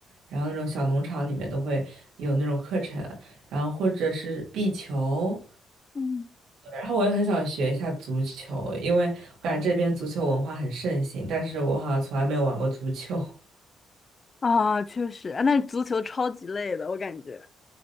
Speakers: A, on the right; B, on the left.
A: 然后那种小农场里面都会有那种课程，然后或者是壁球，
B: 嗯。
A: 对然后我也很想学一下足球，因为我感觉这边足球文化很盛行，但是我好像从来没有玩过足球。
B: 啊，确实，啊那足球超级累的，我感觉。